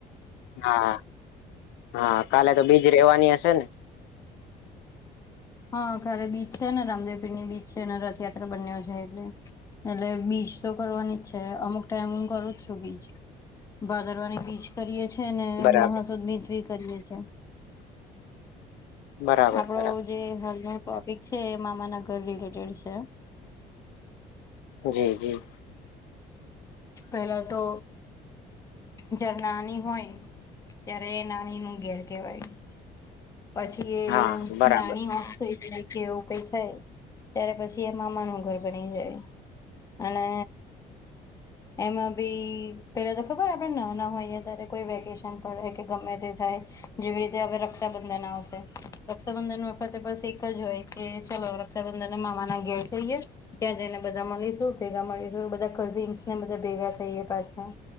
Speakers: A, on the left; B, on the left.
A: હા-હા, કાલે તો બીજ રેવાની હશે ને?
B: હા, કાલે બીજ છે ને, રામદેવપીરની બીજ છે, અને રથયાત્રા બંનેવ છે એટલે એટલે બીસ તો કરવાની છે. એ અમુક ટાઈમ કરુ છુ, બીજ ભાદરવાની બીજ કરીએ છે ને
A: બરાબર
B: મહા સુદ ની બીજ ભી કરીએ છે
A: બરાબર
B: આપડો
A: બરાબર
B: જે હાલનો ટોપિક છે, એ મામાના ઘર રિલેટેડ છે.
A: જી! જી!
B: પેલા તો, જ્યાર નાની હોય, ત્યારે એ નાની નું ઘેર કેવાય. પછી, એ
A: હા બરાબર
B: નાની ઓફ થઈ જાય એવું કઈ થાય, ત્યારે પછી એ મામાનું ઘર બની જાય અને અ માં બી પેલા તો ખબર આપડે નાના હોઈએ ત્યારે કોઈ વેકેશન પડે કે ગમે તે થાય જેવી રીતે હવે રક્ષા રક્ષાબંધન આવશે, રક્ષાબંધન વખતે બસ એક જ હોય કે, ચલો રક્ષાબંધન તો મામાના ઘેર જઈએ ત્યાં જઈને બધા મલીશું, ભેગા મળીશું, બધા કઝિન્સ ને બધા ભેગા થઈએ પાછા